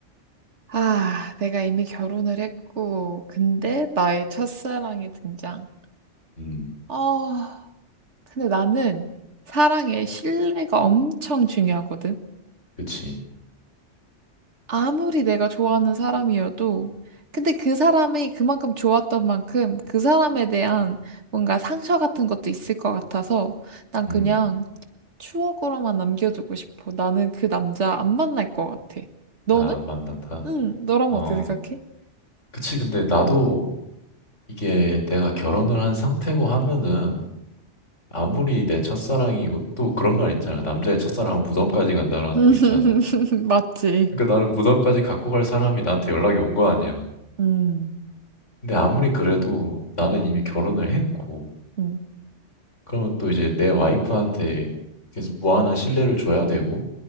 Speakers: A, on the right (about 75°); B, on the left (about 85°).
A: 아, 내가 이미 결혼을 했고, 근데 나의 첫사랑이 등장.
B: 음,
A: 어, 근데 나는 사랑에 신뢰가 엄청 중요하거든.
B: 그치.
A: 아무리 내가 좋아하는 사람이어도, 근데 그 사람이 그만큼 좋았던 만큼 그 사람에 대한 뭔가 상처 같은 것도 있을 것 같아서 난
B: 음,
A: 그냥 추억으로만 남겨두고 싶어. 나는 그 남자 안 만날 것 같아. 너는?
B: 나 안 만난다.
A: 응, 너라면
B: 어,
A: 어떻게 생각해?
B: 그치. 근데 나도 이게 내가 결혼을 한 상태고 하면은 아무리 내 첫사랑이고 또 그런 말 있잖아. 남자의 첫사랑은 무덤까지 간다라는
A: <laughs>
B: 거 있잖아.
A: 맞지?
B: 그러니까 나는 무덤까지 갖고 갈 사람이 나한테 연락이 온 거 아니야.
A: 음,
B: 근데 아무리 그래도 나는 이미 결혼을 했고,
A: 음,
B: 그러면 또 이제 내 와이프한테 계속 무한한 신뢰를 줘야 되고,